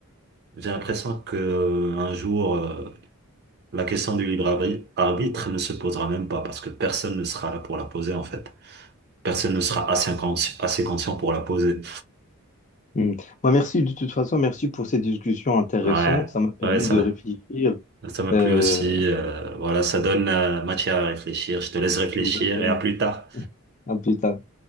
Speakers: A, on the right; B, on the left.
A: j'ai l'impression que euh, un jour euh, la question du libre arbi- arbitre ne se posera même pas parce que personne ne sera là pour la poser en fait. Personne ne sera assez, inconsci- assez conscient pour la poser.
B: Hmm. Moi, merci de toute façon, merci pour cette discussion intéressante.
A: Ouais,
B: Ça m'a permis
A: ouais, ça.
B: de réfléchir
A: Ça m'a
B: Euh,
A: plu aussi. euh, voilà, ça donne euh, matière à réfléchir. Je te laisse réfléchir
B: exactement.
A: et à plus tard.
B: <laughs> À plus tard.